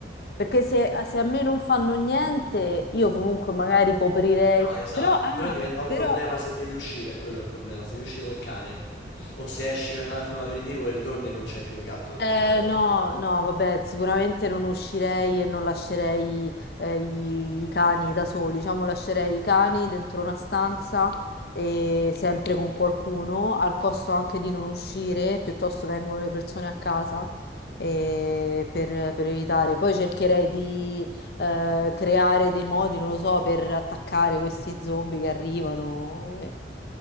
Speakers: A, on the left; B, on the left.
A: Perché se, se a me non fanno niente, io comunque magari coprirei.
B: No, esatto,
A: Però, ah,
B: però diventa un
A: però
B: problema se devi uscire, è quello il problema, se devi uscire col cane, o se esci per andare a fare un aperitivo e ritorni e non c'è più il gatto perché
A: Eh,
B: te l'hanno
A: no,
B: sbranato.
A: no, vabbè, sicuramente non uscirei e non lascerei eh, i, i cani da soli, diciamo lascerei i cani dentro una stanza e sempre con qualcuno, al costo anche di non uscire, piuttosto vengono le persone a casa eh, per, per evitare. Poi cercherei di eh, creare dei modi, non lo so, per attaccare questi zombie che arrivano